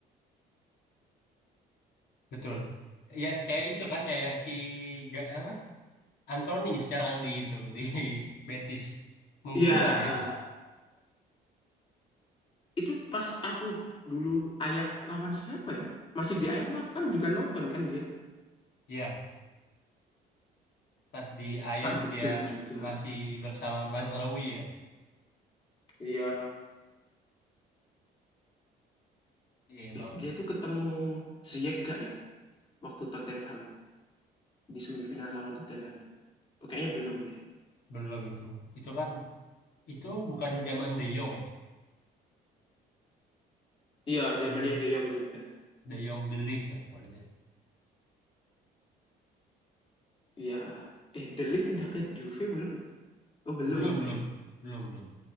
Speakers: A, on the left; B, on the left.
A: betul. Ya kayak itu kan kayak si ga, apa Anthony sekarang di itu di <laughs> Betis menggila
B: Iya,
A: dia.
B: heeh. Itu pas aku dulu Ayak lawan siapa ya? Masih di Ayak tuh aku kan juga nonton kan dia.
A: Iya, pas di Ajax
B: Van de
A: dia
B: Beek juga.
A: masih bersama Mazraoui ya.
B: Iya.
A: Iya emang
B: Eh, dia tuh ketemu Ziyech gak ya? Waktu Tottenham di semifinal lawan Tottenham. Oh, kayaknya belum deh.
A: belum itu. Itu kan itu bukannya zaman De Jong ya?
B: Iya, zamannya
A: Dua
B: De Jong juga.
A: De Jong De Ligt ya kalau dia.
B: Iya. Eh, De Ligt udah ke Juve belum ya? Oh, belum
A: Belum
B: deh
A: belum
B: kayaknya.
A: belum belum.